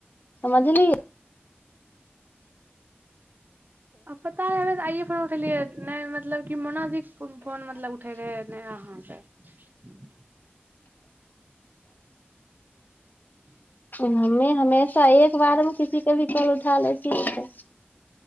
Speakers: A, on the left (about 45°); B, on the right (about 50°).
A: बुझलियै?
B: आ पता रहै हँ। आइए फोन उठेलियै नहि। मतलब मोना जी फोन उठबैत रहथि, अहाँ नहि। ह ह
A: हमेँ हमेशा एके बेरमे ककरो फोन उठा लै छियै।